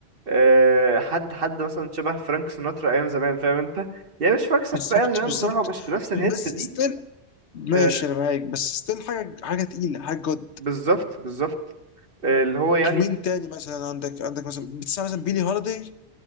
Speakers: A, on the right (about 55°); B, on the left (about 80°).
A: آه، حد حد مثلا شبه فرانك سيناترا ايام زمان فاهم انت يعني مش فرانك سيناترا
B: بالظبط
A: ايام زمان
B: بالظبط
A: بصراحة هو مش بنفس الهت
B: بس
A: دي
B: ستيل ماشي
A: آه،
B: انا معاك بس ستيل حاجه حاجه تقيله حاجه جد
A: بالظبط بالظبط آه، اللي هو يعني
B: مين تاني مثلا عندك عندك مثلا بتسمع مثلا بيلي هوليداي